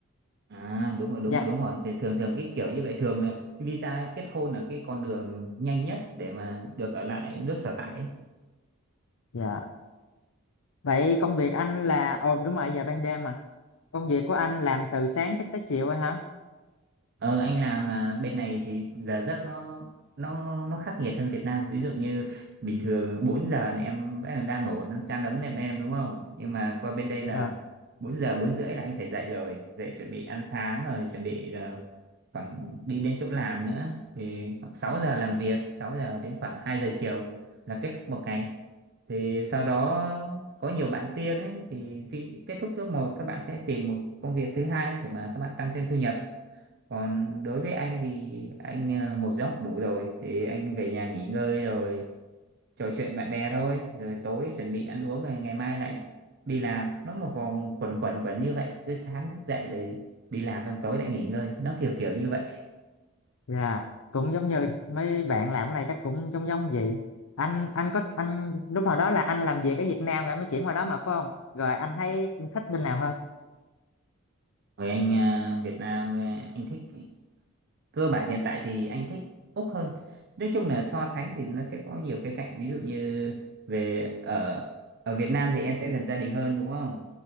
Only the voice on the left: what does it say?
Dạ.
dạ vậy công việc anh là ồ đúng rồi giờ ban đêm mà công việc của anh làm từ sáng chắc tới chiều rồi hả
dạ
Dạ, cũng giống như mấy bạn làm cái này chắc cũng giống giống vậy. Anh anh có anh lúc nào đó là anh làm việc ở Việt Nam rồi anh mới chuyển qua đó mà phải không? Rồi anh thấy thích bên nào hơn?